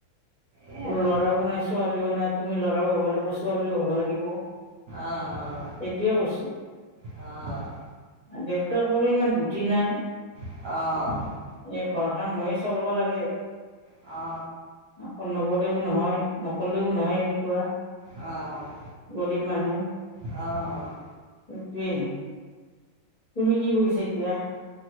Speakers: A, on the right; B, on the left.
A: এইয়াই
B: লৰাও
A: আৰু।
B: নাই ছোৱালীও নাই, তুমি ল'ৰাও হ'বা লাগিব ছোৱালীও হ'বা লাগিব।
A: অ',
B: সেইটোয়ে কৈছো
A: অ।
B: দেউতাকৰো ইমান বুধি নাই।
A: অ
B: এই ঘৰখন ময়ে চলাব লাগে।
A: অ
B: আকৌ নগ'লেও নহয়, নক'লেও নহয় এনেকুৱা।
A: অ'
B: গৰীব মানুহ
A: অ'
B: সে-টোৱেই। তুমি কি কৰিছা এতিয়া?